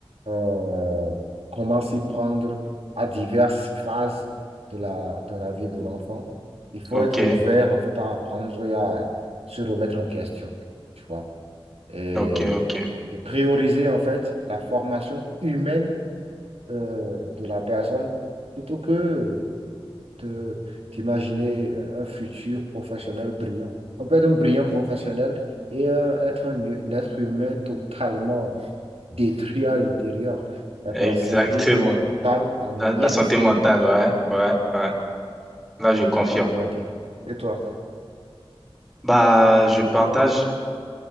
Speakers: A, on the right (about 85°); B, in the centre.
A: euh, comment s'y prendre à diverses phases de la, de la vie de l'enfant. Il faut
B: Ok,
A: être ouvert en fait à apprendre et à se remettre en question, tu vois. Et,
B: ok, ok.
A: et prioriser en fait la formation humaine euh, de la personne plutôt que te- t'imaginer un futur professionnel brillant. On peut être un brillant professionnel et euh, être un, hu- un être humain totalement détruit à l'intérieur, avec
B: Exactement.
A: la santé mentale en miettes,
B: La, la santé mentale, ouais, ouais, ouais. Là, je confirme.
A: ce que je pourrais dire. Et toi?
B: Bah, je partage